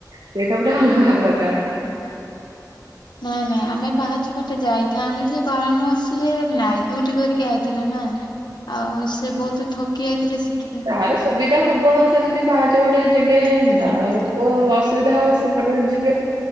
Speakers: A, on the right; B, on the left.
A: ସେଇଟା ପୁରା ଅଲଗା ପ୍ରକାର
B: ନାଇଁ ନାଇଁ ଆମେ ପାହାଚ ପଟେ ଯାଇଥାନ୍ତୁ ଯେ କାରଣ ସିଏ ନାଇଁ ଡୁଟି କରିକି ଆଇଥିଲା ନା ଆଉ ସେ ବହୁତ ଥକି ଯାଇଥିଲେ ସେଥିପାଇଁ।
A: ତାର ସୁବିଧା ହବ ସେମିତି ପାହାଚପଟେ ଯିବେ
B: ହୁଁ
A: ଆଉ ଓ ଅସୁବିଧା ହବ ସେପଟ ଯିବେ।